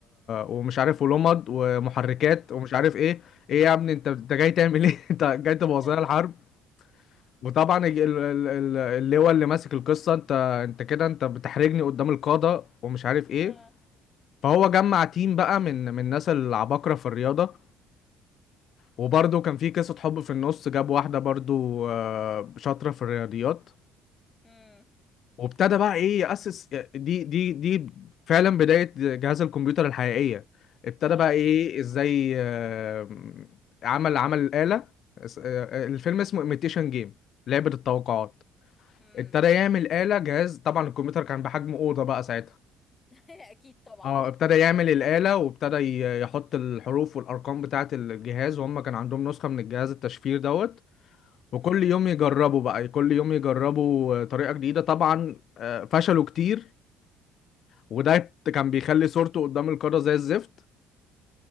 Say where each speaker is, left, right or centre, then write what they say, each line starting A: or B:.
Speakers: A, on the left; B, on the left.
A: ومش عارف ولمض ومحركات ومش عارف ايه ايه يا ابني انت انت جاي تعمل ايه <laughs> انت جاي تبوظ
B: <laughs>
A: لنا الحرب وطبعا الج- ال- ال- ال- اللي هو اللي ماسك القصه انت انت كده انت بتحرجني قدام القاده ومش عارف ايه
B: اه
A: فهو جمع تيم بقى من من الناس العباقره في الرياضه وبرضه كان في قصه حب في النص جاب واحده برضه آه، شاطره في الرياضيات
B: هم
A: وابتدى بقى ايه يأسس دي دي دي فعلا بداية جهاز الكمبيوتر الحقيقية ابتدى
B: اه
A: بقى ايه ازاي آه، عمل عمل الآلة اس- آه، الفيلم اسمه ايميتيشن جيم لعبة التوقعات
B: هم
A: ابتدى يعمل آلة جهاز طبعا الكمبيوتر كان بحجم أوضة بقى ساعتها
B: <laughs> اكيد طبعا
A: اه ابتدى يعمل الآلة وابتدى ي- يحط الحروف والأرقام بتاعة الجهاز وهم كان عندهم نسخة من الجهاز التشفير دوت وكل
B: هم
A: يوم يجربوا بقى كل يوم يجربوا آه، طريقة جديدة طبعا آه، فشلوا كتير وده كان بيخلي صورته قدام القارة زي الزفت